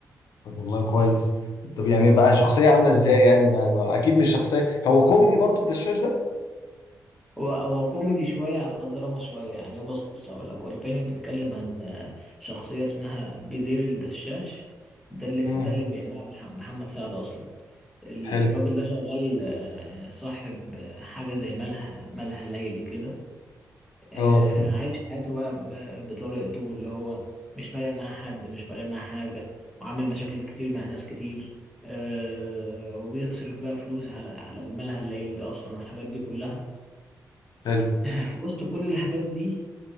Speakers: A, on the left (about 85°); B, in the centre.
A: طب والله كويس طب يعني بقى شخصيه عامله ازاي يعني ما, ما اكيد مش شخصيه هو كوميدي برضو الدشاش ده
B: هو هو كوميدي شوية على دراما شوية يعني هو بص أقول لك هو الفيلم بيتكلم عن آه، شخصية اسمها بدير الدشاش ده اللي ده
A: امم
B: اللي بيعملها مح- محمد سعد أصلا ال-
A: حلو
B: الراجل ده شغال آه، صاحب آه، حاجة زي مالها مالها ليلي كده آه،
A: اه
B: عايش حياته بقى ب- بطريقته اللي هو مش فارق معاه حد مش فارق معاه حاجة وعامل مشاكل كتير مع ناس كتير آه، وبيصرف بقى فلوس على على المالها الليلي ده أصلا والحاجات دي كلها
A: حلو
B: في وسط كل الحاجات دي